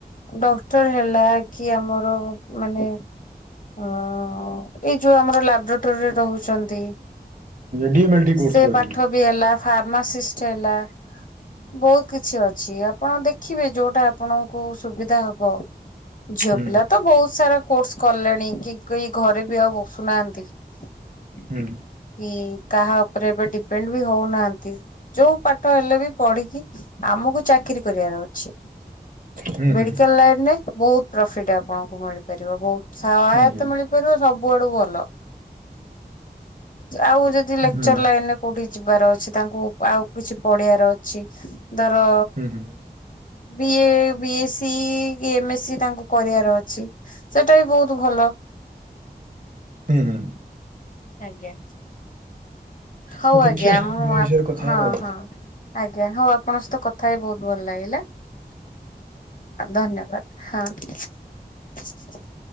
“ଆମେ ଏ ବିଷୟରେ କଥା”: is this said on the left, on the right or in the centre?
Right